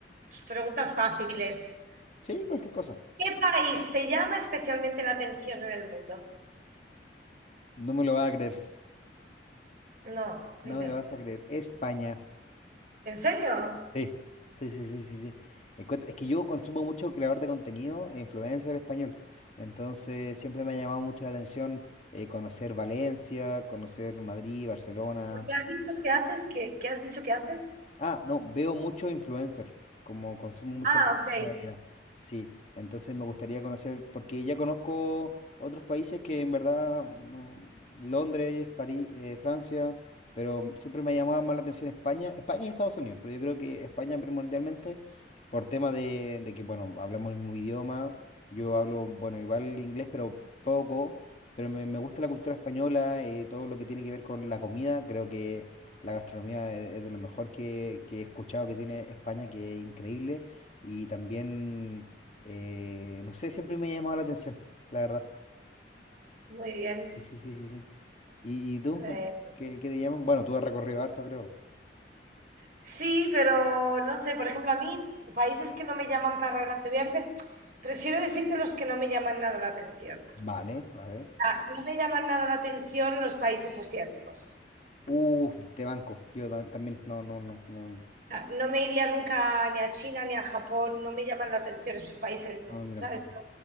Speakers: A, on the right; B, on the left.
A: pues preguntas fáciles.
B: Sí, cualquier cosa.
A: ¿Qué país te llama especialmente la atención en el mundo?
B: No me lo vas a creer,
A: No,
B: no
A: dime.
B: me lo vas a creer. España.
A: ¿En serio?
B: Sí, sí, sí, sí, sí, sí. Encuentra- es que yo consumo mucho creador de contenido e influencer español. Entonces siempre me ha llamado mucho la atención eh, conocer Valencia, conocer Madrid, Barcelona,
A: ¿Por qué has dicho que haces? ¿Qué, qué has dicho que haces?
B: Ah, no, veo mucho influencer, como consumo mucho
A: Ah,
B: contenido
A: ok,
B: de allá. Sí, entonces me gustaría conocer, porque ya conozco otros países que en verdad, no, Londres, París, eh, Francia, pero siempre me ha llamado más la atención España, España y Estados Unidos, pero yo creo que España primordialmente por tema de, de que, bueno, hablamos el mismo idioma, yo hablo, bueno, igual inglés, pero poco, pero me, me gusta la cultura española, eh, todo lo que tiene que ver con la comida, creo que... La gastronomía es es de lo mejor que, que he escuchado que tiene España, que es increíble. Y también, eh, no sé, siempre me ha llamado la atención, la verdad.
A: muy bien.
B: Y sí, sí, sí, sí. ¿Y, y tú,
A: Eh,
B: María? ¿Qué, qué te llaman? Bueno, tú has recorrido harto, creo.
A: sí, pero no sé, por ejemplo, a mí, países que no me llaman para nada, te voy a empe- prefiero decirte los que no me llaman nada la atención.
B: Vale, vale.
A: Ah, no me llaman nada la atención los países asiáticos.
B: Uh, te banco. Yo ta- también, no, no, no, no. No,
A: No me iría nunca ni a China ni a Japón, no me llaman la atención esos países,
B: no, a mí
A: ¿sabes?
B: tampoco.